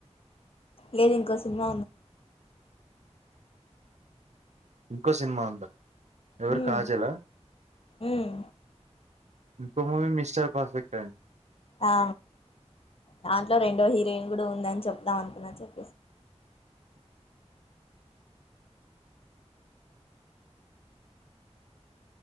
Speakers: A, on the left (about 55°); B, on the right (about 75°).
A: లేదు ఇంకో సినిమా ఉందండి.
B: ఇంకో సినిమా ఉందా ఎవరు
A: మ్మ్
B: కాజాల
A: మ్మ్
B: ఇంకో మూవి మిస్టర్ పర్ఫెక్ట్ అండి
A: ఆ దాంట్లో రెండో హీరోయిన్ కూడా ఉందని చెప్దాం. అనుకున్నా చెప్పేసి
B: మ్